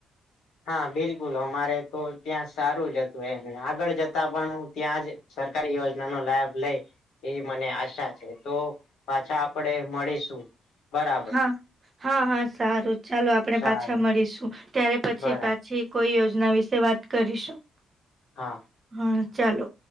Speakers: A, on the left; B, on the right.
A: હા, બિલકુલ, અમારે તો ત્યાં સારું જ હતું, એમ આગળ જ પણ હું ત્યાં જ સરકારી યોજના નો લાભ લઈ એવી મને આશા છે, તો પાછા આપણેે મળીશું. બરાબર
B: હા, હા, હા, સારું ચાલો, આપણેે
A: સારું
B: પાછા મળીશું, ત્યારે પછી
A: બરાબર
B: પા જી કોઈ યોજના વિશે વાત કરીશું?
A: હા.
B: હા, ચાલો.